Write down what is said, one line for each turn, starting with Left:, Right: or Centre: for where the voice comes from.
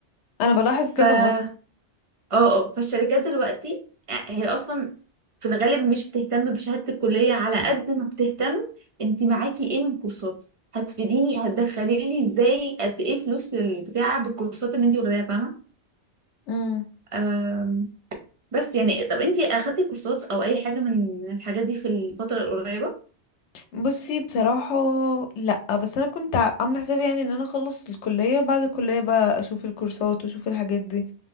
Left: انا بلاحظ
Right: ف
Left: كده
Right: اه
Left: برضه
Right: اه فالشركات دلوقتي آه، هي اصلا في الغالب مش بتهتم بشهادة الكلية على قد ما بتهتم انت معاكي ايه من كورسات هتفيديني هتدخلي لي ازاي قد ايه فلوس للبتاع بالكورسات اللي انت واخداها
Left: امم
Right: فاهمة بس يعني طب انتي اخدتي كورسات او اي حاجه من الحاجات دي في الفتره القريبه
Left: بصي بصراحة لا بس انا كنت ع- عاملة حسابي يعني ان انا اخلص الكلية وبعد الكلية بقى اشوف الكورسات واشوف الحاجات دي